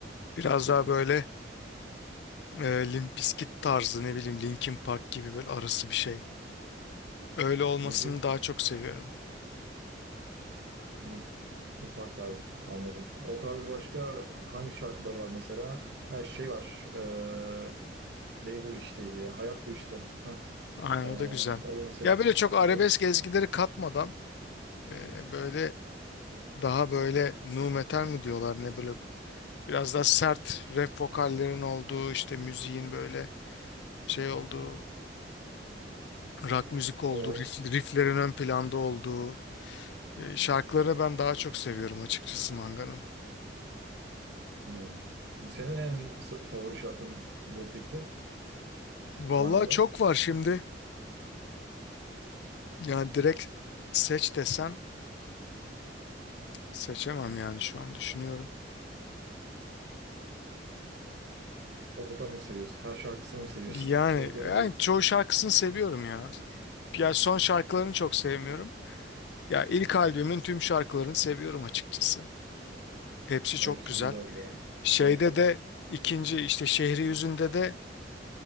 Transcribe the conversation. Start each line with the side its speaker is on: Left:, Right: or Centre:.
Left: Biraz daha böyle e, Limp Bizkit tarzı ne bileyim Linkin Park gibi böyle arası bir şey. Öyle olmasını
Right: Linkin
Left: daha çok seviyorum.
Right: Linkin Park tarzı anladım. O tarz başka hangi şarkıları var mesela? Her şey var. Ee, ne bu işteydi ya? Hayat bu işte. Hah,
Left: Aynen
Right: ee,
Left: o da güzel.
Right: o da mesela.
Left: Ya böyle çok arabesk
Right: O,
Left: ezgileri katmadan e, böyle daha böyle nu metal mi diyorlar ne böyle biraz daha sert rap vokallerin olduğu işte müziğin böyle şey olduğu rock müzik olduğu,
Right: o
Left: riff, rifflerin ön planda olduğu e, şarkılarını ben daha çok seviyorum açıkçası Manga'nın.
Right: hmm. Senin en s- favori şarkın ne peki?
Left: Vallahi
Right: Manga'da.
Left: çok var şimdi. Yani direkt seç desen seçemem yani şu an düşünüyorum.
Right: O kadar mı seviyorsun? Her şarkısını mı seviyorsun?
Left: Yani,
Right: <laughs> Çocukların
Left: yani
Right: gibi.
Left: çoğu şarkısını seviyorum ya. Ya son şarkılarını çok sevmiyorum. Ya ilk albümün tüm şarkılarını seviyorum açıkçası. Hepsi çok
Right: Hepsi
Left: güzel.
Right: güzeldi ya.
Left: Şeyde
Right: Evet ya.
Left: de ikinci işte Şehri Yüzünde de